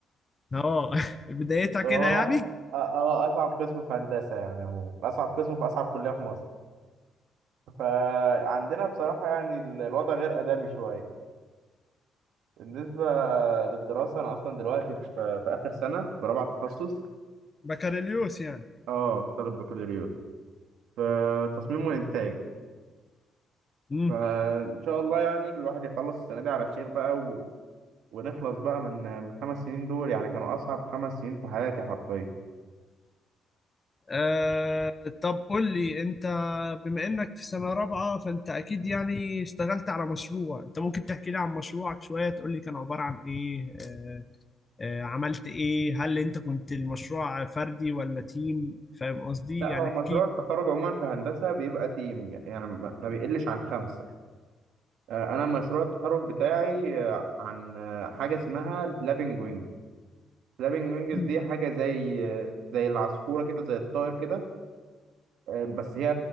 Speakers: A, on the left; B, on the right.
A: اه <laughs> بدايتها
B: وهو
A: كده يعني
B: آه، آه، اصعب قسم في هندسه يعني عموما اصعب قسم في اصعب كليه في مصر فعندنا بصراحه يعني ال- الوضع غير ادمي شويه بالنسبه للدراسه انا اصلا دلوقتي في, في اخر سنه في رابعه تخصص
A: بكالوريوس يعني
B: اه طالب بكالوريوس في تصميم وانتاج
A: امم
B: فان شاء الله يعني الواحد يخلص السنه دي على خير بقى و... ونخلص بقى من من الخمس سنين دول يعني كانوا اصعب خمس سنين في حياتي حرفيا
A: آه طب قول لي انت بما انك في سنة رابعة فانت اكيد يعني اشتغلت على مشروع انت ممكن تحكي لي عن مشروعك شوية تقول لي كان عبارة عن ايه آه، آه، عملت ايه هل انت كنت المشروع فردي ولا تيم فاهم قصدي
B: لا
A: يعني
B: هو مشروع
A: احكي
B: التخرج عموما في هندسة بيبقى تيم يعني ما ما بيقلش عن خمسة آه، أنا مشروع التخرج بتاعي آه، عن آه، حاجة اسمها الفلابنج وينج الفلابنج وينجز
A: لي.
B: دي حاجة زي آه، زي العصفورة كده زي الطائر كده آه، بس هي